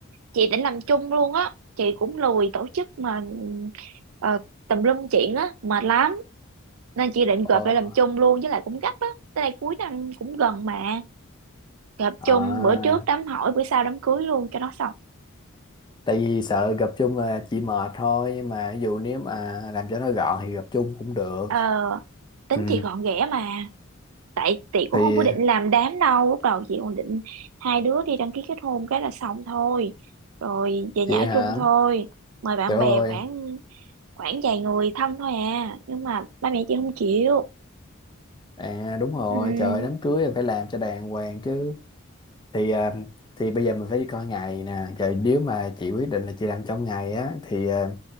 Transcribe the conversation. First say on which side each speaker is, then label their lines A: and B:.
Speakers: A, on the right; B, on the left.
A: Chị định làm chung luôn á. Chị cũng lười tổ chức mà ờ, tùm lum chuyện á, mệt lắm. Nên chị định
B: Ồ,
A: gộp lại làm chung luôn, với lại cũng gấp á. Tới đây cuối năm cũng gần mà. Gộp
B: à,
A: chung bữa trước đám hỏi, bữa sau đám cưới luôn cho nó xong.
B: tại vì sợ gặp chung là chị mệt thôi nhưng mà ví dụ nếu mà làm cho nó gọn thì gặp chung cũng được
A: Ờ, tính
B: ừ
A: chị gọn ghẽ mà. Tại chị cũng
B: thì
A: không có định làm đám đâu. Lúc đầu chị còn định hai đứa đi đăng ký kết hôn cái là xong thôi. Rồi về nhà
B: vậy
A: ở
B: hả
A: chung thôi. Mời bạn
B: trời ơi
A: bè khoảng khoảng vài người thân thôi à nhưng mà ba mẹ chị không chịu
B: à đúng rồi
A: Ừm,
B: trời ơi, đám cưới là phải làm cho đàng hoàng chứ thì à, thì bây giờ mình phải đi coi ngày nè trời nếu mà chị quyết định là chị làm trong ngày á thì à,